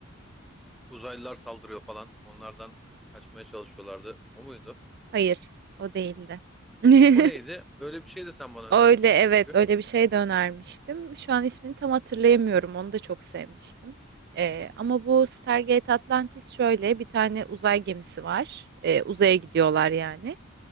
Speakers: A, in the centre; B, on the right.
A: Uzaylılar saldırıyor falan. Onlardan kaçmaya çalışıyorlardı. O muydu?
B: Hayır, o değildi. <laughs>
A: O neydi? Öyle bir şey de sen bana
B: Öyle
A: önermiştin
B: evet,
A: çünkü.
B: öyle bir şey de önermiştim. Şu an ismini tam hatırlayamıyorum. Onu da çok sevmiştim. Ee, ama bu Stargate Atlantis şöyle bir tane uzay gemisi var. Ee, uzaya gidiyorlar yani.